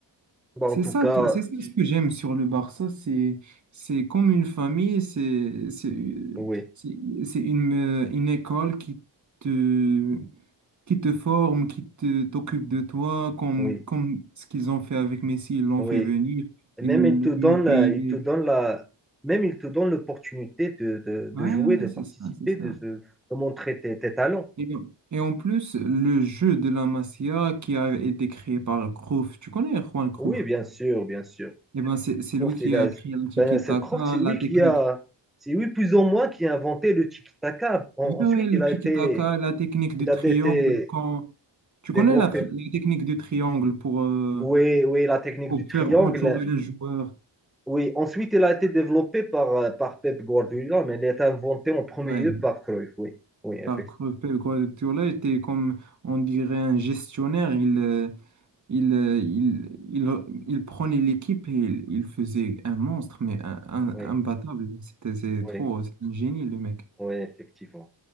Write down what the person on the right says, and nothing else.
C'est
ça,
qui- c'est ça ce que j'aime sur le Barça, c'est c'est comme une famille, c'est c'est
c'est c'est une euh, une école qui te qui te forme, qui te t'occupe de toi, comme
comme ce qu'ils ont fait avec Messi, ils l'ont
fait venir,
ils
lui
ont payé.
Ouais,
ouais,
c'est ça, c'est ça.
Et, et en plus, le jeu de la Masia qui a été créé par Cruyff, tu connais Juan Cruyff?
Eh ben, c'est c'est
lui qui
a
créé le tiki-taka,
la technique
Oui,
oui, le
tiki-taka,
la technique du
triangle,
quand... Tu
connais la, tri- la technique du triangle pour, euh,
pour
faire entourer un joueur.
Ouais,
par Guardiola était comme, on dirait, un gestionnaire. Il, euh, il, euh, il, il, il prenait l'équipe et il, il faisait un monstre, mais un, un-
imbattable. C'était, c'est
trop, c'est un génie, le mec.